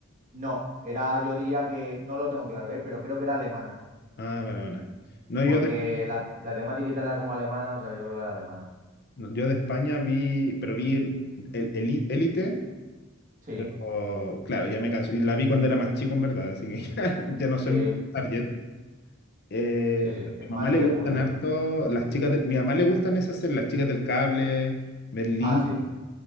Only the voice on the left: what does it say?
Ah, vale, bueno. No,
yo de,
no, yo de España vi, pero vi el, el- el- Élite.
o- claro, ya me canso. Y la vi cuando era más chico, en verdad, así que <laughs> ya no
soy muy target. Eh,
pero
a
mi mamá
le gustan
harto
las chicas del, mi mamá le gustan esas series, las chicas del cable, Merlí,